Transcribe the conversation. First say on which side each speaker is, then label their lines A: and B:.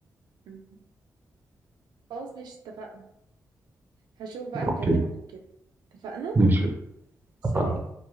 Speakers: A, on the right; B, on the right.
A: مم. خلاص مش اتفقنا هشوف بقى
B: اوكي
A: هكلمك وكده اتفقنا
B: ماشي
A: سلام
B: اتفقنا.